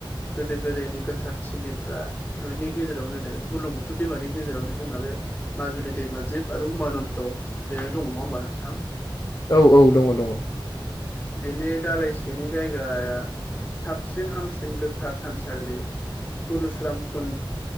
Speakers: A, on the left; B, on the left.
A: गोदो गोदायनि गोथार थिलिफ्रा लुइतनि गेजेरावनो बुरलुंबुथुर दैमानि गेजेरावनो जोंना बे माजुलि दैमाजिब आरो उमान्द बेनो दङ नङा ओमबा नोंथां?
B: औ औ दङ दङ।
A: बेनि दालाइसेनि जायगाया साबसिन हामसिन गो गोथार थानसालि पुरुस्रांरामपुन